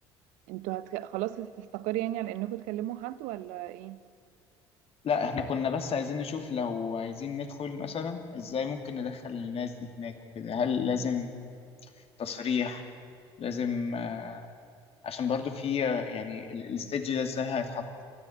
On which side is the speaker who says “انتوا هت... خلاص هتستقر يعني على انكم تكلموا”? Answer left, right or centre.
Right